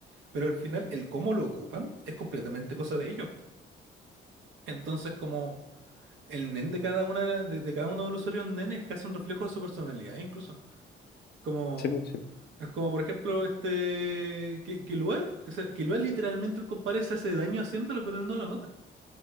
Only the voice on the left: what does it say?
Sí, pues, sí,